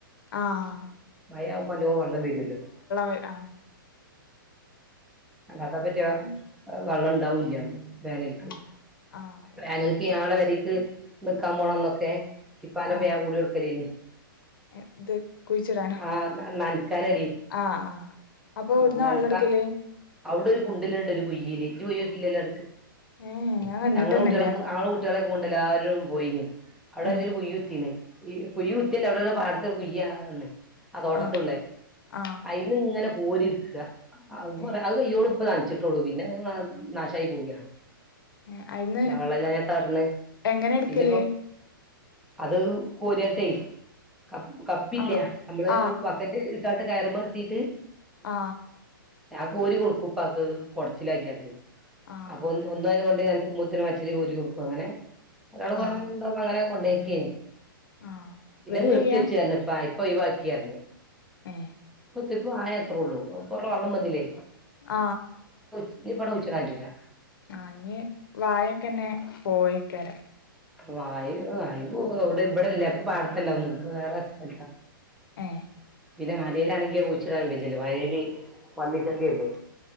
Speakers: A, on the left; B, in the centre.
A: ആഹ
B: മയാവുമ്പോ നല്ലോം വെള്ളം വരുലേ
A: വരും
B: അതപ്പറ്റിയ
A: ആഹ്
B: വെള്ളം ഉണ്ടാവുല്ല്യ വേനൽക്ക്
A: ആഹ് ആഹ്
B: വേനൽക്ക്യാളെ പരിക്ക് നക്കാൻ പോണന്നൊക്കെ ഇപ്പല
A: ആഹ്
B: പാ കൂടി വർക്കലേ
A: ഇത് കുഴിച്ചിടാന
B: ആഹ് നനക്കാനടി
A: ആഹ ആഹ അപ്പൊ
B: ആഹ്
A: വിടന്ന്
B: നനക്ക
A: വെള്ളം എടുക്കലേ
B: അവിടെ ഒരു കുണ്ടിലുണ്ട് ഒരു കുയയില് യ്യ് പോയാകില്ലല്ലോ
A: ഏഹ് ഞാൻ കണ്ടിട്ടന്നെല്ല
B: ഞങ്ങളെ കുട്ടികള ആെ കുട്ടികളെ കൊണ്ടല്ല ആരോും പോയിന് അവിടെ
A: ഏഹ്
B: വല്യൊരു കുയ്യുത്തിണ് ഈ കുയ്കുത്തിൽ അവിടെ ഒരു പാടത്ത് കുയ്യാല്ലേ ആ തോട്ടത്തുള്ളെ
A: ആഹ് ആഹ്
B: അയിന്ന് ഇങ്ങനെ കോരിയെടുക്ക കൊറ
A: ഏഹ്
B: അത് കയ്യോളും നനച്ചിട്ടുള്ളൂ പിന്നെ നാശയി പോവുയാണ്
A: ഏഹ് അയിന്ന്
B: ഇല്ല വെള്ളയില്ലാതെ എത്താ കാട്ട്ണ്
A: എങ്ങനെ എടുക്കല്
B: ഇന്ന്പ്പോ അത് കോരിയാട്ടെ ക കപ്പില്ലെ
A: ആഹ്
B: നമ്മള്
A: ആഹ്
B: ബക്കറ്റ് ഇട്ടാട്ട് കയറിമ്മെ കെട്ടീട്ട്
A: ആ
B: ഞാൻ കോരി കൊടുക്കും ഉപ്പാക്ക് കൊടത്തിലാക്കിയാട്ട്
A: ആഹ്
B: അപ്പൊ ഒന്നരണ്ട് ഞാ ഉുമ്മൂത്തിനന് കോരി വെക്കും അങ്ങനെ ഒരാള് കൊരാണ്ടന്ന്
A: ആഹ്
B: അങ്ങനെ കൊണ്ടെക്കീന്-
A: ആഹ്
B: ഇല്ല
A: വല്യ
B: നിർത്തിയെച്ചെന്നു
A: കുഴിയാ
B: പ്പാ ഇപ്പൊ ഒഴിവാക്കി യെന്നു പറഞ്ഞ്
A: ഏ
B: ഇപ്പം ആയത്ര ഉള്ളൂ പ്പവിടെ വെള്ളം വന്നില്ലേ
A: ആ
B: ഇനി ഇപ്പൗടെ കുഴിച്ചിടാൻ പറ്റൂല്ല
A: ആ ഞ് വാഴക്കന്നെ പോയേക്കരം
B: വായി വായി പോ അവിടെ ഇവിടെല്ല ഇപ്പ പാടത്തല്ല ഒന്നും ഇപ്പ വേറെ സ്ഥലത്താ
A: ഏ
B: പിന്നെ മലയിലാണെങ്കി കുഴിച്ചിടാൻ വെജ്ജല്ല മയിൽ പന്നി ശല്ല്യല്ലേ